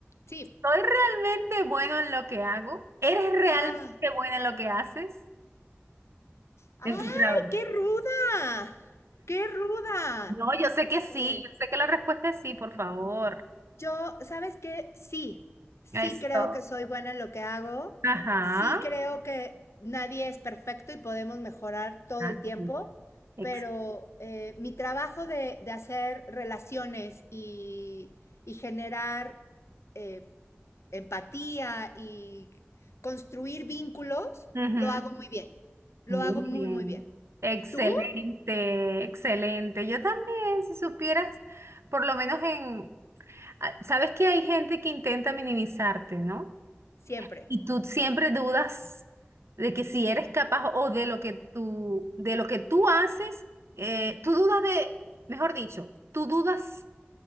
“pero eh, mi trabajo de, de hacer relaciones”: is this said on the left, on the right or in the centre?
Left